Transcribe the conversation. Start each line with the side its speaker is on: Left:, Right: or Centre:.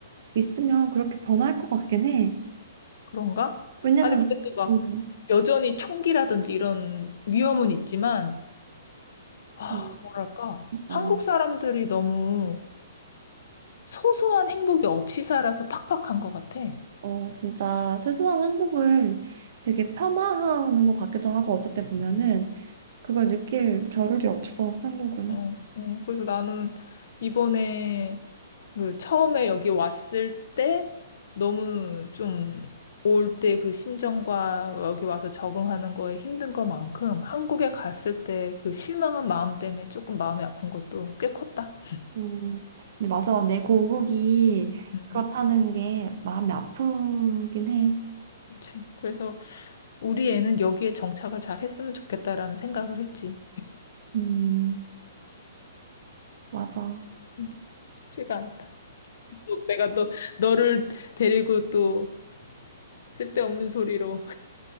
Right: 있으면 그렇게 범할 것 같긴 해.
Left: 그런가?
Right: 왜냐면,
Left: 아니 근데 또 막
Right: 음,
Left: 여전히 총기라든지 이런 위험은 있지만 아
Right: 어,
Left: 뭐랄까 한국
Right: 어,
Left: 사람들이 너무 소소한 행복이 없이 살아서 팍팍한 것 같아.
Right: 어, 진짜 소소한 행복을 되게 폄하하는 것 같기도 하고 어쨌든 보면은 그걸 느낄 겨를이 없어 한국은.
Left: 어, 어, 그래서 나는 이번에 그 처음에 여기 왔을 때 너무 좀 올 때 그 심정과 여기 와서 적응하는 거에 힘든 것만큼 한국에 갔을 때 그 실망한 마음 때문에 조금 마음이 아픈 것도 꽤 컸다.
Right: 음, 근데 맞아. 내 고국이
Left: 음,
Right: 그렇다는 게 마음이 아프긴 해.
Left: 그치. 그래서 우리 애는 여기에 정착을 잘 했으면 좋겠다라는 생각을 했지.
Right: 음, 맞아.
Left: 음, 쉽지가 않다. 또 내가 너, 너를 데리고 또 쓸데없는 소리로.